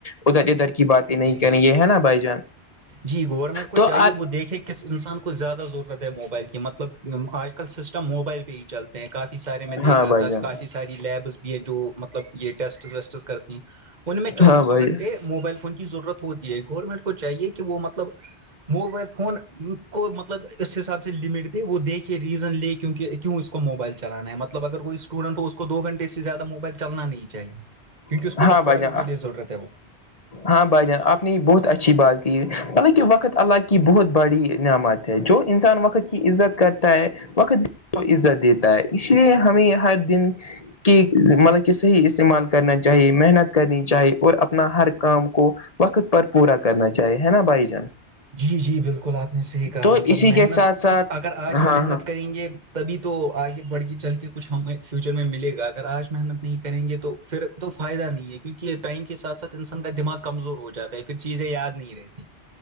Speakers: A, on the left; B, on the right.
A: ادھر ادھر کی بات نہیں
B: جی
A: کریں
B: جی
A: گے ہے نا بھائی جان
B: جی گورنمنٹ کو
A: تو
B: چاہیے
A: آپ
B: وہ دیکھے کس انسان کو زیادہ ضرورت ہے موبائل کی مطلب آج کل سسٹم موبائل پہ ہی چلتے ہیں کافی سارے میں دیکھ
A: ہاں
B: رہا
A: بھائی
B: تھا
A: جان
B: کافی ساری لیبس بھی ہیں جو مطلب یہ ٹیسٹ ویسٹس کرتی ہیں ان میں چوبیسوں
A: ہاں بھائی
B: گھنٹے موبائل فون کی ضرورت ہوتی ہے گورنمنٹ کو چاہیے کہ وہ مطلب موبائل فون کو مطلب اس حساب سے لمٹ دے وہ دیکھ ریزن لے کیونک کیوں اس کو موبائل چلانا ہے مطلب اگر کوئی اسٹوڈٹ ہو اس کو دو گنٹے سے زیادہ موبائل چلنا نہیں چاہیے کیونکہ
A: جان
B: اس کو
A: ہاں
B: بس
A: بھائی
B: کالنگ
A: جان
B: کے لیے ضرورت ہے وہ
A: ہاں بھائی جان آپ نے یہ بہت اچھی بات کی مطلب کہ وقت اللہ کی بہت بڑی نعمت جو انسان وقت کی عزت کرتا ہے وقت کو عزت دیتا ہے اس لیے ہمیں ہر دن کی مگر کسی استعمال کرنا چاہیے محنت کرنی چاہیے اور اپنا ہر کام کو وقت پر پورا کرنا چاہیے ہے نا بھائی جان
B: جی جی بالکل آپ نے صحیح کہا
A: تو
B: مطلب
A: اسی
B: محنت
A: کے ساتھ ساتھ
B: اگر آج ہم
A: ہاں
B: محنت
A: ہاں
B: کریں گے تبھی تو آگے بڑھ کے چل کے کچھ ہمیں فیوچر میں ملے گا اگر آج محنت نہیں کریں گے تو پھر تو فائدہ نہیں ہے کیونکہ ٹائم کے سات ساتھ انسان کا دماغ کمزور ہو جاتا ہے پھر چیزیں یاد نہیں رہتی